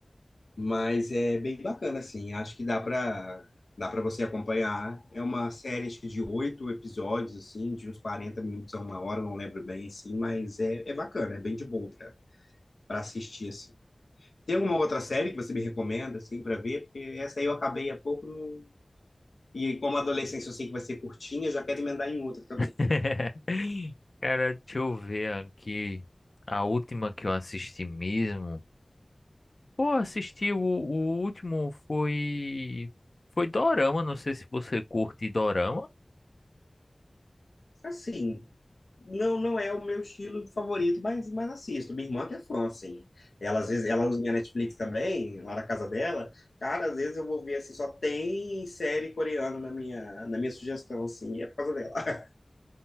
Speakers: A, on the left; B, on the left.
A: Mas é bem bacana, assim. Acho que dá para dá para você acompanhar. É uma série, acho que de oito episódios, assim, de uns 40 minutos a uma hora, não lembro bem, assim, mas é, é bacana, é bem de boa para para assistir, assim. Tem alguma outra série que você me recomenda, assim, para ver? Porque essa aí eu acabei há pouco não- e como a adolescência eu sei que vai ser curtinha, já quero emendar em outra também.
B: <laughs> Cara, deixa eu ver aqui. A última que eu assisti mesmo. Pô, assisti o, o último foi. Foi Dorama. Não sei se você curte Dorama.
A: Assim, Não, não é o meu estilo favorito, mas, mas assisto. Minha irmã que é fã, assim. Ela, às vezes, ela usa minha Netflix também, lá na casa dela. Cara, às vezes eu vou ver, assim, só tem série coreana na minha, na minha sugestão, assim, é por causa dela. <laughs>